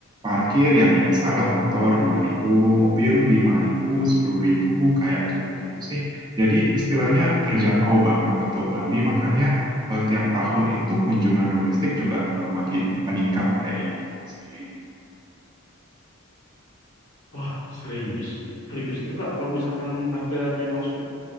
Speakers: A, on the right; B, on the left.
A: parkir ya biasa lah motor dua ribu mobil lima ribu sepuluh ribu kayak gitu-gitu sih. Jadi istilahnya terjangkau banget untuk Bali. Makanya eh, tiap tahun itu kunjungan domestik juga eh, makin meningkat kayak gitu sih.
B: Wah, serius? Serius itu Kak, kalau misalkan harganya masuk